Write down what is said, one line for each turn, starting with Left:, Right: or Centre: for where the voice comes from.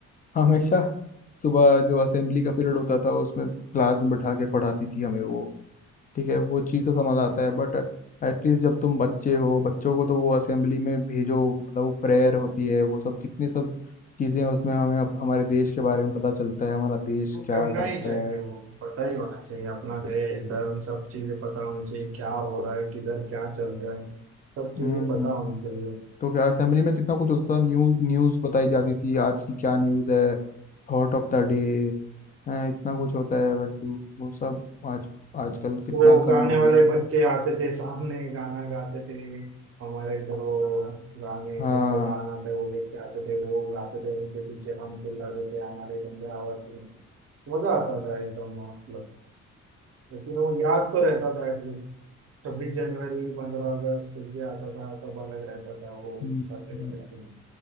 Left: हमेशा सुबह जो असेंबली का पीरियड होता था उसमें क्लास में बैठा के पढ़ाती थी हमें वो ठीक है वो चीज़ तो समझ आता है बट एटलीस्ट जब तुम बच्चे हो बच्चों को तो वो असेंबली में भेजो मतलब वो प्रेयर होती है वो सब कितनी सब चीज़ें उसमें हमें अप- हमारे देश के बारे में पता चलता है हमारा देश
Right: वो
Left: क्या
Right: करना
Left: करता
Right: ही चाहिए
Left: है
Right: वो पता ही होना चाहिए अपना देश धर्म सब चीजें पता होनी चाहिए क्या हो रहा है किधर क्या चल रहा है सब
Left: हम्म
Right: चीजें पता होनी चाहिए
Left: तो क्या असेंबली में कितना कुछ होता था न्यूज न्यूज़ बताई जाती थी आज की क्या न्यूज़ है थॉट ऑफ द डे इतना कुछ होता है बट वो सब आज आजकल कितना
Right: वो
Left: कम
Right: गाने
Left: हो गया
Right: वाले बच्चे आते थे सामने गाना गाते थे हमारे इधर वो गाने
Left: हाँ
Right: जिनको गाना था वो लेके आते थे वो गाते थे उनके पीछे हम चिल्लाते थे हमारे गंदे आवाज में मजा आता था एकदम मतलब लेकिन वो याद तो रहता था एटलीस्ट छब्बीस जनवरी पंद्रह अगस्त कुछ भी आता था सब अलग रहता था वो
Left: हम्म,
Right: उसका सेलिब्रेशन
Left: हम्म।